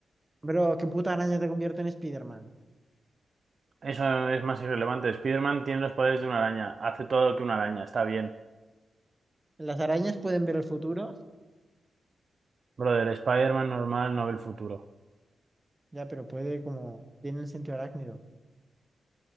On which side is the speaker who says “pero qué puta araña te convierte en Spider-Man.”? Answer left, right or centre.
Right